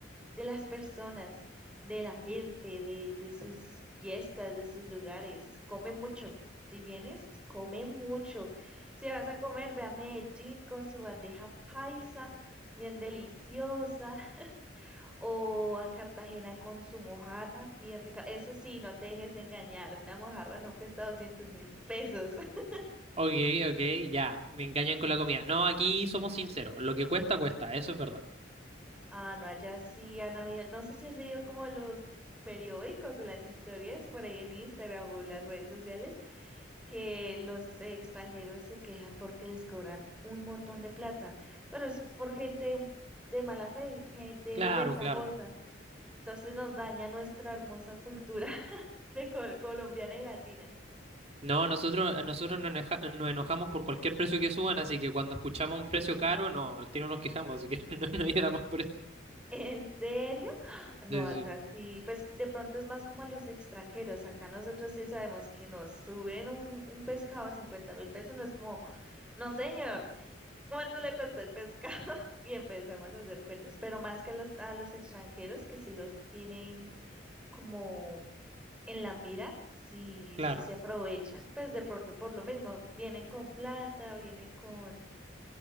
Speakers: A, in the centre; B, on the right.
A: de las personas, de la gente, de, de sus fiestas, de sus lugares. Come mucho. Si vienes, come mucho. Si vas a comer, ve a Medellín con su bandeja paisa, bien deliciosa o a Cartagena con su mojarra, bien rica. Eso sí, no te dejes engañar, una mojarra no cuesta doscientos mil pesos. <laughs>
B: Ok, ok, ya, me engañan con la comida. No, aquí somos sinceros, lo que cuesta, cuesta, eso es verdad.
A: Ah, no, allá sí han habido, no sé si has leído como los periódicos o las historias por ahí en Instagram o las redes sociales, que los extranjeros se quejan porque les cobran un montón de plata, pero es por gente de mala fe, gente
B: Claro,
A: ventajosa.
B: claro.
A: Entonces nos daña nuestra hermosa cultura <laughs> de col- colombiana y latina.
B: No, nosotros, nosotros nos, eneja- nos enojamos por cualquier precio que suban, así que cuando escuchamos un precio caro, no, al tiro nos quejamos, así que <laughs> no, no hay drama por eso.
A: ¿En serio? No,
B: Sí,
A: acá
B: sí, sí,
A: sí, pues de pronto es más como a los extranjeros. Acá nosotros sí sabemos que nos suben un, un pescado a 50 mil pesos. No es como, no señor, ¿cuánto le costó el pescado? <laughs> Y empezamos a hacer cuentas, pero más que a los, a los extranjeros que sí los tienen como en la mira, sí,
B: claro.
A: sí se aprovechan. Pues de pronto por lo mismo, vienen con plata, vienen con